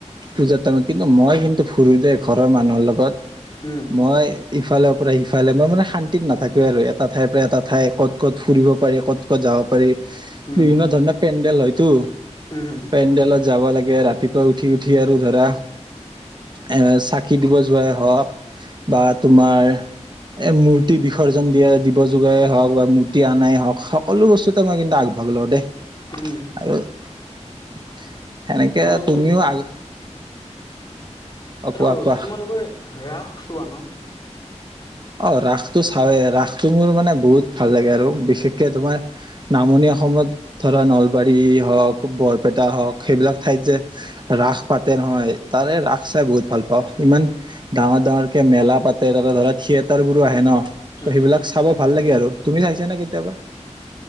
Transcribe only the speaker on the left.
উম
উম
উম হম
উম।
আৰু
আৰু
তোমালোকে ৰাস চোৱা ন।
উম